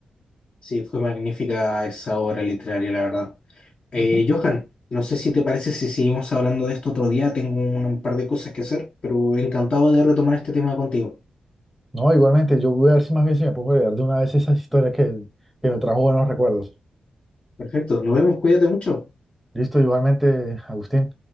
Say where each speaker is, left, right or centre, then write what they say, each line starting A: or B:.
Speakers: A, on the left; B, in the centre.
A: sí, fue magnífica esa obra literaria, la verdad. Eh,
B: Ujú.
A: Johan, no sé si te parece si seguimos hablando de esto otro día, tengo un un par de cosas que hacer, pero encantado de retomar este tema contigo.
B: No, igualmente, yo voy a ver si más bien si me pongo a leer de una vez esas historias que, que me trajo buenos recuerdos.
A: Perfecto, nos vemos, cuídate mucho.
B: Listo, igualmente, Agustín.